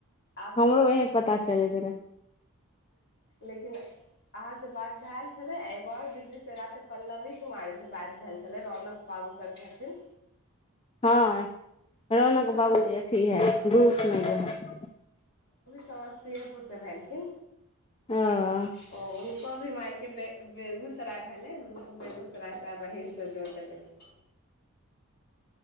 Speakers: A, on the left; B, on the left.
A: आब
B: हमरो इहे पता चल गेल रहै
A: लेकिन अहाँसँ बात भेल छलै एगो आर दीदी से रा ते पल्लवी कुमारीसँ बात भेल छलै रौनक बाबूकर कहथिन
B: हँ रौनक
A: समस
B: बाबू जे अथी है रूप मे जे है <inaudible>
A: समस्तीयएपुर से भेलखिन
B: ओ
A: ओ उनको भी मायके बेगूसराय भेलय हुनको बेगूसराय का बहिन सब जोड़ देने छै